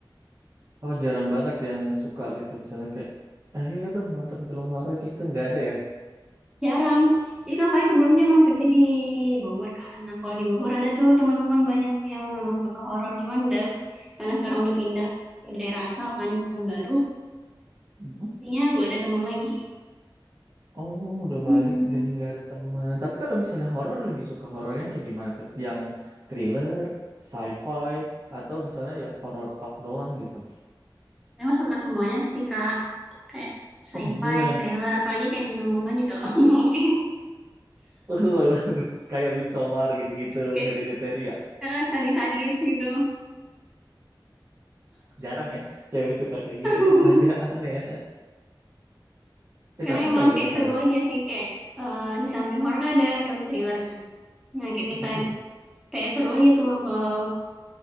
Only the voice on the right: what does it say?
Oh jarang banget yang suka gitu misalnya kayak, ayo dong nonton film horor gitu nggak ada ya.
Hmm.
Oh udah
balik jadi nggak ada teman. Tapi kalau misalnya horor lebih suka horor yang kayak gimana tuh? Yang thriller, sci-fi, atau misalnya ya horor talk doang gitu.
Oh iya.
<laughs> Kayak Midsommar gitu-gitu,
Hereditary ya.
Jarang ya cewek suka kayak
gitu ya. <laughs> Agak aneh ya. <laughs> Eh,
tapi
kalau
misalnya
mm-mm,